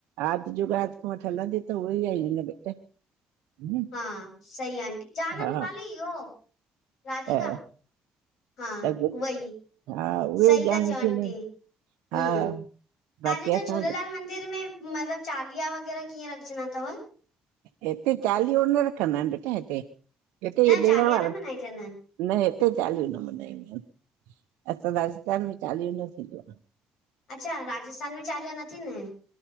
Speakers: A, on the right (about 65°); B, on the left (about 60°).
A: आदि जुग़ादि खो वठी हलंदी त उहे ई आई न बेटा। हम्म,
B: हा सही आंटी जा न
A: हा
B: रूपाली इहो राधिका।
A: त
B: हा।
A: त गु-
B: ऊहोही
A: हा उहे
B: सही
A: ई
B: ता
A: ॻाल्हियूं
B: चोओ
A: थियल
B: आंटी।
A: आहिनि
B: ह्म्म्म
A: हा
B: तव्हांजे
A: बाक़ी
B: हि ते
A: असां
B: झूलेलाल मंदिर में मतलब। चालीहा वग़ैरहा कीअं रखंजदा तव?
A: हिते चालीहो न रखंदा आहिनि बेटा। हिते
B: न
A: ईये
B: चालीहा
A: ॾण वार।
B: न मल्हाइजंदा आहिनि
A: न हिते चालीहो न मनाईंदा आहिनि असां राजस्थान में चालीहो न थींदो आ।
B: अच्छा राजस्थान में चालीहा न थींदा आहिनि।